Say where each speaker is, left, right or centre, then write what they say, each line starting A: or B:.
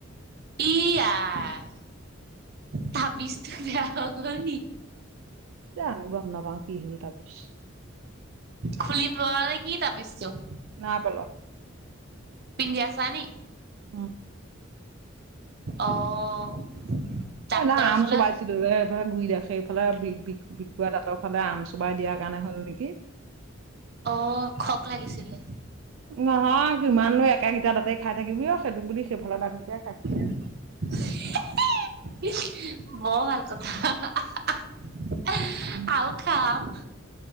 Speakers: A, on the right; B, on the right.
A: ই আই তাবিজ্টো বেয়া হৈ গল নি
B: জানো গম নাপাওঁ কি হল তাবিছ
A: খুলি পৰে নে কি তাবিছটো
B: না পেলোৱা
A: পিন্ধি আছা নি
B: উম,
A: অ', ডাক্তৰৰ
B: না আম
A: ওচৰলে
B: চোবাই এইফে গুৰি ৰাখে এইফালে বি বিষ বিষুৱা দাতৰ ফালে আম চোবাই দিয়াৰ কাৰণে হ'ল নিকি
A: অ', খক লাগিছিলে
B: নহয় কিমাননো একেগিটা দাতেই খাই থাকিবি অ সেইটো বুলি সেইফালৰ দাঁতগেটাই খাইছিলো
A: <unintelligible> <unintelligible> বৰ ভাল কথা <unintelligible>
B: <unintelligible>
A: খা আম